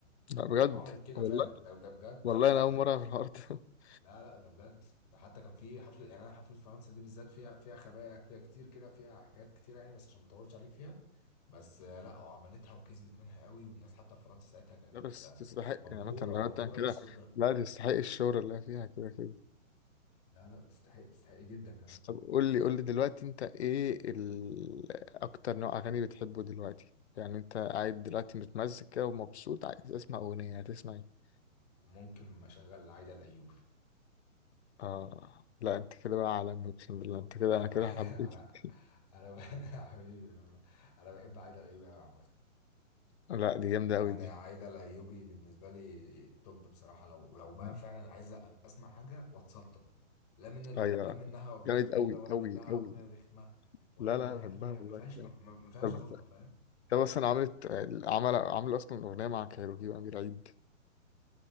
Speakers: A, on the left (about 55°); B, on the left (about 30°).
A: لا بجد
B: وعملت كده
A: والله
B: فعلا ده ده بجد
A: والله
B: ده
A: انا
B: بجد
A: اول مرة في الحوار ده <laughs>
B: لا لا ده بجد ده حتى كان في حفله يعني انا حفله فرنسا دي بالذات فيها فيها خبايا فيها كتير كده فيها حكايات كتيره يعني بس عشان ما اطولش عليك فيها بس آه، لا هو عملتها وكسبت منها قوي والناس حتى في فرنسا ساعتها كانت
A: لا بس
B: آه،
A: تستحق
B: مبهوره
A: يعني مثلا لو
B: مبهوره
A: انت كده
B: بالصوت ده
A: لا تستحق الشهرة اللي هي فيها كده كده
B: لا لا تستحق تستحق جدا كمان
A: بس طب قول لي قول لي دلوقتي انت ايه ال... اكتر نوع اغاني بتحبه دلوقتي يعني انت قاعد دلوقتي متمزج كده ومبسوط عايز تسمع اغنية هتسمع ايه
B: ممكن اشغل عايده الايوبي
A: اه لا انت كده بقى عالمي اقسم بالله انت كده
B: انا
A: انا كده
B: بح...
A: حبيت
B: <laughs> انا
A: <laughs>
B: انا بح... <laughs> حبيبي والله انا بحب عايده الايوبي قوي عامه
A: لا دي جامدة
B: يعني
A: قوي دي
B: عايدة الأيوبي بالنسبة لي التوب بصراحة لو لو بقى
A: مم.
B: فعلا عايز أ- أسمع حاجة واتسلطن لا من الأغن...
A: ايوه
B: لا منها أغنية
A: جامد
B: طويلة
A: قوي
B: ولا
A: قوي
B: منها
A: قوي
B: أغنية رخمة ولا
A: لا
B: منها
A: لا بحبها
B: أي حاجة
A: والله
B: ما فيهاش
A: لا.
B: ما ما- ما فيهاش
A: طب
B: غلطة
A: انت
B: فاهم
A: مثلا عملت عمل عامل اصلا اغنية مع كايروكي وامير عيد